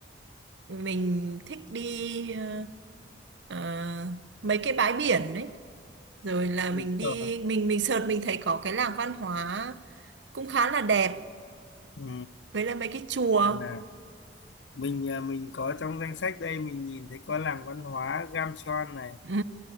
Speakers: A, on the right; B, on the left.
A: mình thích đi ờ, ờ, mấy cái bãi biển đấy. Rồi là
B: đúng
A: mình đi,
B: rồi
A: mình mình sợt mình thấy có cái làng văn hóa cũng khá là đẹp,
B: ừ.
A: với lại mấy cái chùa.
B: xem nào mình à, mình có trong danh sách đây mình nhìn thấy có làng văn hóa Gamcheon này
A: Ừ,